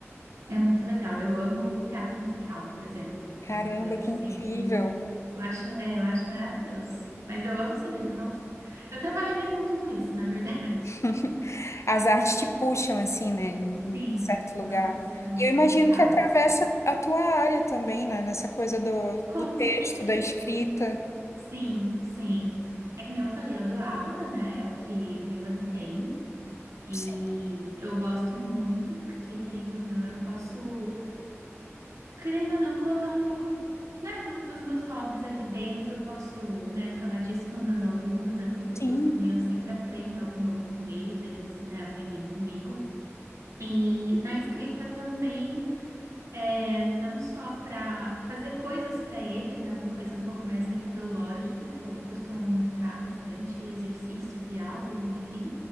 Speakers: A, on the right (about 85°); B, on the left (about 70°).
A: é muito legal. Eu amo teatro musical, por exemplo.
B: Caramba,
A: É uma coisa
B: que
A: assim
B: incrível!
A: que eu acho, é, eu acho maravilhoso. Mas eu amo cinema, nossa. Eu trabalharia com tudo isso, na verdade.
B: <laughs> As artes te puxam assim, né, em,
A: <laughs>
B: em
A: Sim,
B: certo lugar.
A: nossa,
B: E eu imagino
A: total.
B: que atravessa a tua área também, né, nessa coisa do,
A: Com
B: do texto,
A: certeza.
B: da escrita.
A: Sim, sim. É que nem eu falei, eu dou aula, né? É o que me mantém. E
B: Sim,
A: eu gosto muito, porque querendo ou não, eu posso. querendo ou não, colocar um pouco, né, do- dos meus hobbies ali dentro. Posso, né, falar disso com os meus alunos. É muito gostoso
B: sim,
A: também. Eu sempre aprendo algo novo com eles, eles, né, aprendem comigo. E na escrita também, é, não só para fazer coisas para eles, né, uma coisa um pouco mais metodológica, que eu costumo montar bastante exercícios e aulas e enfim,